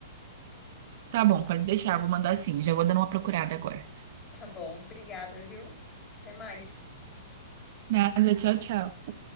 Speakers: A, on the right; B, on the left.
A: Tá bom, pode deixar. Vou mandar sim. Já vou dando uma procurada agora.
B: Tá bom, obrigada, viu? Até mais.
A: Nada, tchau, tchau.